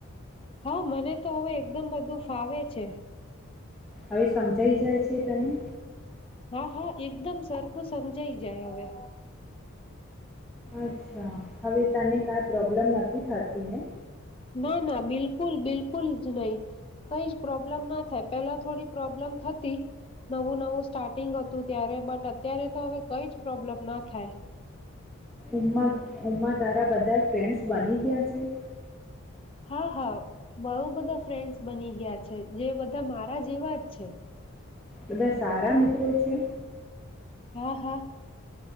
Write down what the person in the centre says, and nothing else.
હવે સમજાઈ જાય છે તને
અચ્છા હવે તને કાંઈ પ્રોબ્લેમ નથી થતી ને
ઉમ ઉમમા તારા બધા ફ્રેન્ડસ બની ગયા છે
બધા સારા મિત્રો છે